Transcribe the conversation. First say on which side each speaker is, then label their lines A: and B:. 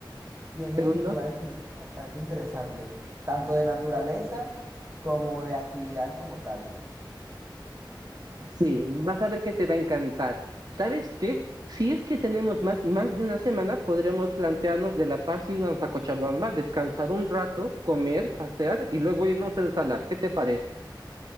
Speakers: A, on the right (about 35°); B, on the right (about 55°).
A: tienen
B: segundo.
A: lugares turísticos bastante interesantes, tanto de naturaleza como de actividades como tal.
B: Sí, vas a ver que te va a encantar. ¿Sabes qué? Si es que tenemos más, más de una semana, podríamos plantearnos de La Paz irnos a Cochabamba, descansar un rato, comer, pasear y luego irnos al salar. ¿Qué te parece?